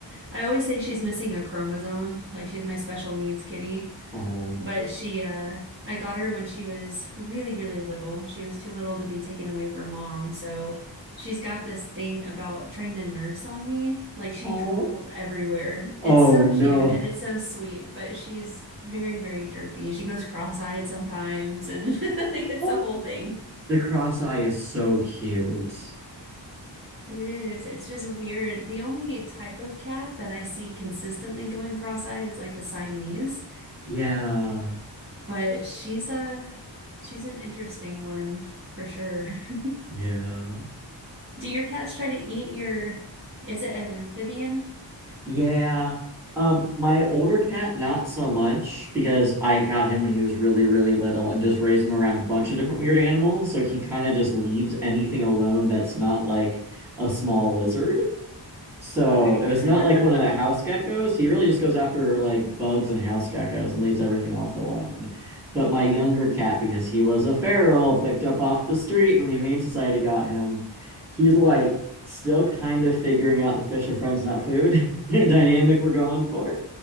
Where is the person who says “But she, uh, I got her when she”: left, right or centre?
Right